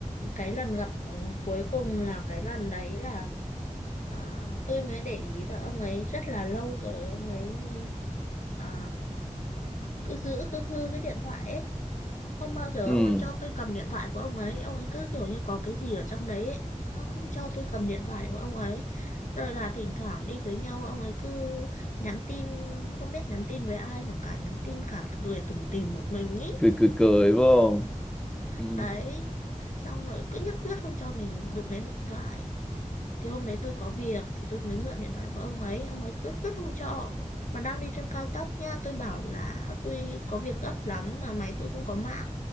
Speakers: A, on the left; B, in the centre.
A: cái lần gặp ừ, cuối cùng là cái lần đấy là à, tôi mới để ý là ông ấy rất là lâu rồi ông ấy ừ, à, cứ giữ cứ hư cái điện thoại ấy không bao giờ
B: ừ,
A: ông ấy cho tôi cầm điện thoại của ông ấy ông ấy cứ kiểu như có cái gì ở trong đấy ấy. Nó không cho tôi cầm điện thoại của ông ấy rồi là thỉnh thoảng đi với nhau ông ấy cứ nhắn tin nó không biết nhắn tin với ai mà cả nhắn tin cả cười tủm tỉm một mình ý
B: cười cười cười vô, không ừ,
A: đấy xong rồi cứ nhất quyết không cho mình đụng đến điện thoại thì hôm đấy tôi có việc thì tôi mới mượn điện thoại của ông ấy ông ấy quyết quyết không cho mà đang đi trên cao tốc nha tôi bảo là tôi có việc gấp lắm mà máy tôi không có mạng